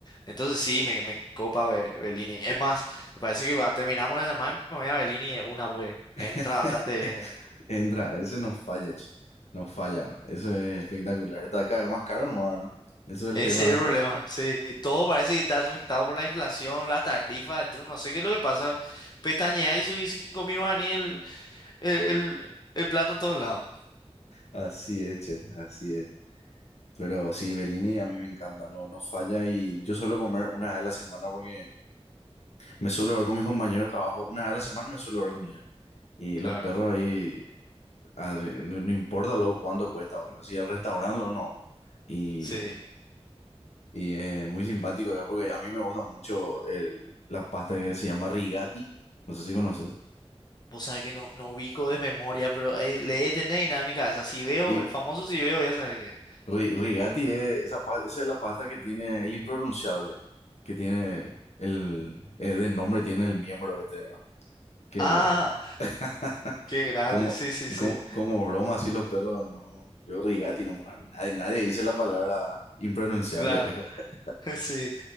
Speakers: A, on the left; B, on the left.
A: Entonces sí, me, me copa Be- Bellini. Es más, me parece que va- terminamos la llamada y me voy a Bellini de una porque
B: <laughs>
A: entra bastante bien ya.
B: Entra, ese no falla, che. No falla. Eso es espectacular. Está cada vez más caro nomás, ¿no? Eso es
A: Ese
B: el tema,
A: es
B: ¿verdad?
A: el problema.
B: <laughs>
A: Sí, todo parece que está afectado por la inflación, las tarifas de Trump. No sé qué es lo que pasa. Pestañeás y subís cinco mil guaraníes el, el, el el plato en todos lados.
B: Así es, che, así es. Pero sí, Bellini a mí me encanta, no, no falla y yo suelo comer una vez a la semana porque... Me suelo ver con mis compañeros de trabajo, una vez a la semana me suelo ver con ellos. Y
A: Claro.
B: los perros ahí, a ver, no, no importa luego cuánto cuesta, boludo. Si al restaurante luego nos vamos. Y,
A: Sí.
B: y es muy simpático, eh, porque a mí me gusta mucho el- la pasta que se llama rigati. No sé si conoces.
A: O sea que no, no ubico de memoria, pero ahí le he tener en mi cabeza. Si veo,
B: Y
A: el famoso si veo, ya sabes que.
B: ri- rigati es esa, pa- esa es la pasta que tiene el impronunciable, que tiene el, eh, de nombre tiene el miembro este, ¿verdad? Que
A: Ah,
B: <laughs>
A: qué grande,
B: Como,
A: sí, sí,
B: y
A: sí,
B: como, como broma, así los perros, no. Yo rigati nomás. Nadie, nadie dice la palabra impronunciable.
A: claro,
B: <laughs>
A: <laughs> sí.